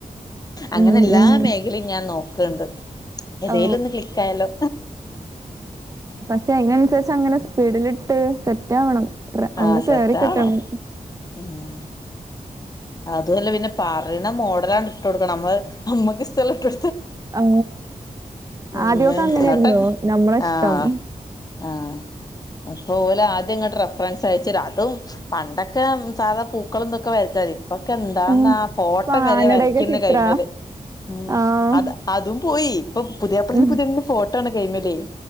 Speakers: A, on the left; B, on the right.
A: അങ്ങനെ
B: ഉം
A: എല്ലാ
B: ഉം
A: മേഖലയും ഞാൻ നോക്കണ്ട് ഏതേലും
B: ഓ
A: ഒന്ന് ക്ലിക്ക് ആയാലോ
B: പക്ഷെ അതിനനുസരിച്ച് അങ്ങനെ സ്പീഡിലിട്ട് സെറ്റ് ആവണം ട്രേ ഒന്ന്
A: ആ
B: കേറി
A: സെറ്റാവണം
B: കിട്ടണം
A: ഉം അതുമല്ല പിന്നെ പറയണ മോഡലാണ് ഇട്ട് കൊടുക്കണം നമ്മള് അമ്മക്ക് ഈ സ്ഥലം <inaudible>
B: ആ
A: ഉം
B: ആദ്യമൊക്കെ
A: വേ എന്നിട്ട്
B: അങ്ങനെയായിരുന്നോ നമ്മളെ ഇഷ്ടം
A: ആഹ് ആഹ് അപ്പപലെ ആദ്യം ഇങ്ങോട്ട് റഫറൻസ് അയച്ച അതും പണ്ടൊക്കെ സാധാ പൂക്കളുംന്തൊക്കെ വച്ചാ മതി അപ്പൊക്കെ എന്താന്നാ
B: ഉം
A: ഫോട്ടം
B: ഇപ്പൊ
A: വരെ
B: ആനടെയൊക്കെ
A: വരയ്ക്കുന്ന
B: ചിത്ര
A: കൈ്മല് ഉം
B: ആഹ്
A: അത് അതും പോയി ഇപ്പൊ പുതിയാപ്പള്ളിന്
B: ഉം
A: പുതിയണ്ന്റെ ഫോട്ടോ ആണ കൈമലേ